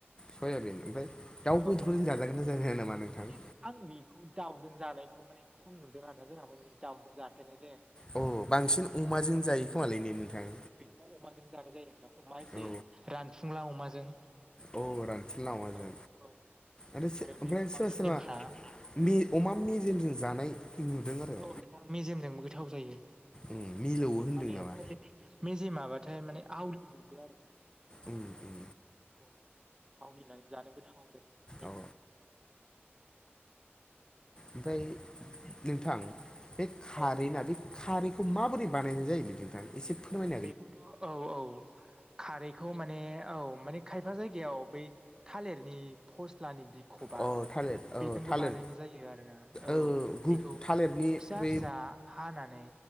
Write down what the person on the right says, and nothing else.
औ औ
माने आं बेखौ दाउजों जानायखौ माने खम नुदों आरोना जोंहाबो माने दाउजों जाफेरनाय जायाखै।
अ-अमाजों जानाय जायो नोंथां अमा एसे
रानफुंला अमाजों
औ औ
बे
अमा
मेजेमफ्रा
औ नोंथां मेजेमजोंबो गोथाव जायो
माने
ओमफाय मेजेमाबाथाय माने आवलिजोबो आरो।
औ आवलिनानै जानो गोथाव जायो मेलेबुनो।
औ
बेखौथ' औ औ खारैखौ माने औ माने। खायफा जायगायाव बै थालिरनि फस्लानि बि खबा
बेजोंबो
बानायनाय जायो आरोना औ
बेखौ
फिसा
फिसा। हानानै